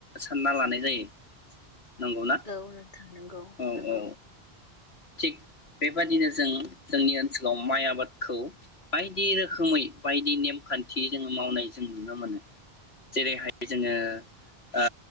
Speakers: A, on the left; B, on the left.
A: सानना लानाय जायो। नंगौना
B: औ नोंथां नंगौ
A: औ
B: नंगौ
A: औ थिग बेबादिनो जों जोंनि ओनसोलाव माइ आबादखौ बाय दि रोखोमै बायदि नेमखान्थि जोङो मावनाय जों नुनो मोनो। जेरैहाय जोङो ओ